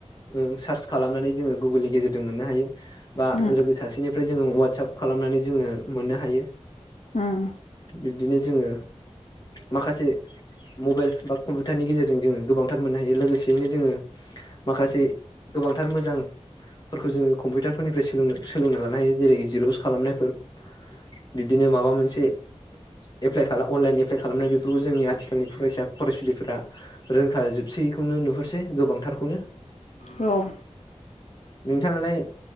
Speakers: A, on the left (about 40°); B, on the left (about 75°).
A: जों सार्स खालामनानै जोङो गुगोलनि गेजेरजों मोननो हायो बा
B: उम
A: लोगो सासेनिफ्राय जोङो वाटसाप खालामनानै जोङो मोननो हायो
B: उम
A: बिब्दिनो जोङो माखासे मबाइल बा कम्पिउटारनि गेजेरजों जोङो गोबांथार मोननो हायो लोगोसेयैनो जोङो माखासे गोबांथार मोजांफोरखौ जोङो कम्पिउटारफोरनिफ्राय सोलों सोलोंना लानो हायो जेरै जिरस खालामनायफोर बिदिनो माबा मोनसे एप्लाइ खालाम अनलाइन एप्लाइ खालामनाय बेफोरखौ जोंनि आथिखालनि फरायसा फरायसुलिफोरा रोंखा जोबसैखौनो नुहरसै गोबांथारखौनो
B: औ
A: नोंथांङालाय